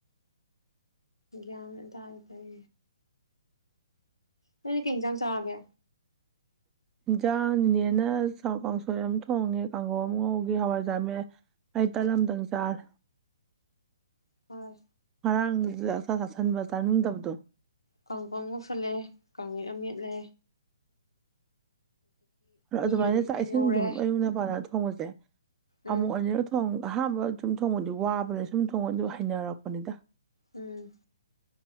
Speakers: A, on the left (about 80°); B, on the right (about 15°).
A: ꯌꯥꯦ ꯇ ꯍꯥꯏ ꯇꯏ ꯅꯅ ꯀꯩ ꯆꯥꯡ ꯆꯥꯒꯦ
B: ꯏꯟꯖꯥꯡ ꯅꯦꯅ ꯀꯥꯡꯁꯣꯏ ꯑꯃ ꯊꯣꯡꯉꯦ ꯀꯥꯡꯈꯧ ꯑꯃ ꯉꯧꯈꯤ ꯍꯋꯥꯏꯖꯥꯔꯃꯦ ꯑꯩ ꯇꯂꯝꯝꯗꯪ ꯆꯥꯔꯦ
A: ꯍꯣꯏ
B: ꯉꯔꯥꯡꯗꯨꯗ ꯑꯥꯛꯁ ꯆꯥꯁꯟꯕ ꯆꯥꯅꯤꯡꯗꯕꯗꯣ
A: ꯀꯥꯡꯈ ꯃꯨꯐꯨꯠꯂꯦ ꯀꯥꯡꯉꯠ ꯑꯃꯦꯠꯂꯦ
B: ꯑꯗꯨꯃꯥꯏꯅ
A: ꯌꯦꯔꯨꯝ
B: ꯆꯥꯛ ꯏꯁꯤꯡ
A: ꯉꯧꯔꯦ
B: ꯑꯗꯨꯝ ꯑꯌꯨꯛ ꯄꯗ ꯊꯣꯡꯕꯁꯦ
A: ꯎꯝ
B: ꯑꯃꯨꯛ ꯑꯅꯤꯔ ꯊꯣꯡ ꯑꯍꯥꯟꯕ ꯁꯨꯝ ꯊꯣꯡꯕꯗꯤ ꯋꯥꯕꯅꯦ ꯁꯨꯝ ꯊꯣꯡꯕ ꯑꯗꯨ ꯍꯩꯅꯔꯛꯄꯅꯤꯗ
A: ꯎꯝ